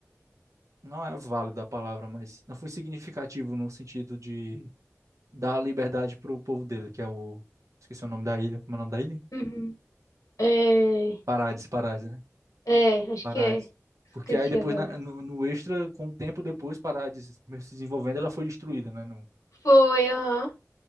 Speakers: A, on the right; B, on the left.
A: não é válida a palavra, mas não foi significativo no sentido de dar liberdade pro povo dele, que é o. Esqueci o nome da ilha. Como é o nome da ilha?
B: uhum. É,
A: Parades, Parades, né?
B: é, acho
A: Parades.
B: que é.
A: Porque
B: Esqueci
A: aí depois,
B: agora.
A: na- no, no extra, com o tempo depois, Parades mesmo se desenvolvendo, ela foi destruída, né? No-
B: Foi, aham,